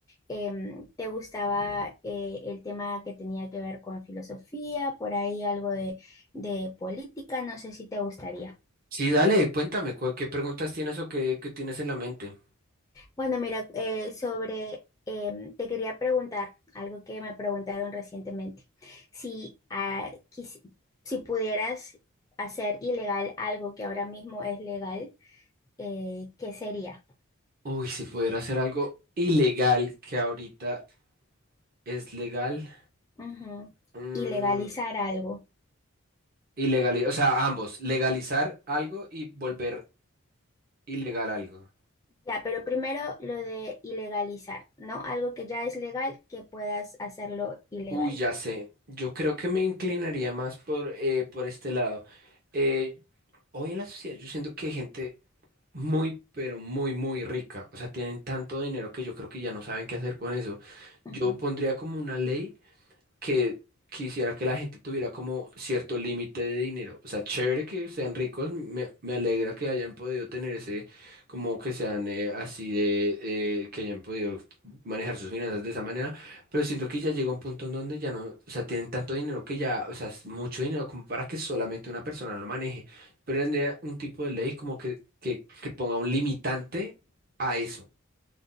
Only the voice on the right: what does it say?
Sí, dale, cuéntame, cu- ¿qué preguntas tienes o qué, qué tienes en la mente?
Uy, si pudiera hacer algo ilegal que ahorita es legal.
Mm,
ilegali- o sea, ambos, legalizar algo y volver ilegal algo.
Uy, ya sé, yo creo que me inclinaría más por, eh, por este lado. Eh, hoy en la sociedad yo siento que hay gente Muy, pero muy, muy rica. O sea, tienen tanto dinero que yo creo que ya no saben qué hacer con eso.
Yo pondría como una ley que quisiera que la gente tuviera como cierto límite de dinero. O sea, chévere que sean ricos, me, me alegra que hayan podido tener ese, como que sean eh, así de, eh, que hayan podido manejar sus finanzas de esa manera, pero siento que ya llega un punto en donde ya no, o sea, tienen tanto dinero que ya, o sea, es mucho dinero como para que solamente una persona lo maneje. Pero tendría un tipo de ley como que, que, que ponga un limitante a eso.